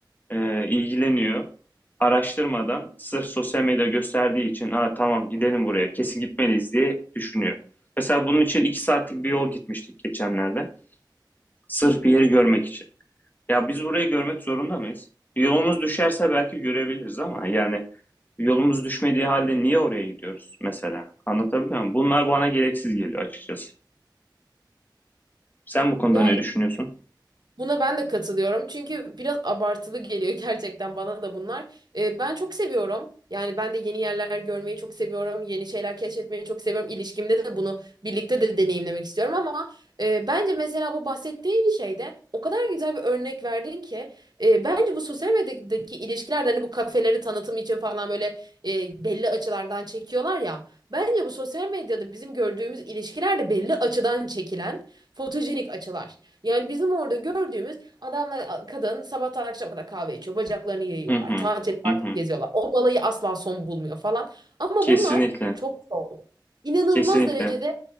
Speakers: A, on the left (about 25°); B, on the right (about 60°).
A: e, ilgileniyor. Araştırmadan sırf sosyal medya gösterdiği için Aa, tamam gidelim buraya kesin gitmeliyiz diye düşünüyor. Mesela bunun için iki saatlik bir yol gitmiştik geçenlerde. Sırf bir yeri görmek için. Ya biz burayı görmek zorunda mıyız? Yolumuz düşerse belki görebiliriz ama yani yolumuz düşmediği halde niye oraya gidiyoruz mesela? Anlatabiliyor muyum? Bunlar bana gereksiz geliyor açıkçası. Sen bu konuda
B: Ya
A: ne düşünüyorsun?
B: Buna ben de katılıyorum. Çünkü biraz abartılı geliyor <laughs> gerçekten bana da bunlar. Ee, ben çok seviyorum. Yani ben de yeni yerler görmeyi çok seviyorum. Yeni şeyler keşfetmeyi çok seviyorum. İlişkimde de bunu birlikte de deneyimlemek istiyorum ama e, bence mesela bu bahsettiğin şeyde o kadar güzel bir örnek verdin ki e, bence bu sosyal medyadaki ilişkiler de hani bu kafeleri tanıtım için falan böyle e, belli açılardan çekiyorlar ya. Bence bu sosyal medyada bizim gördüğümüz ilişkiler de belli açıdan çekilen fotojenik açılar. Yani bizim orada gördüğümüz adamla kadın sabahtan akşama kadar kahve içiyor. Bacaklarını yayıyorlar.
A: Hı hı.
B: Tatil tatil
A: Hı hı.
B: geziyorlar. O balayı asla son bulmuyor falan. Ama
A: Kesinlikle.
B: bunlar çok zor. İnanılmaz
A: Kesinlikle.
B: derecede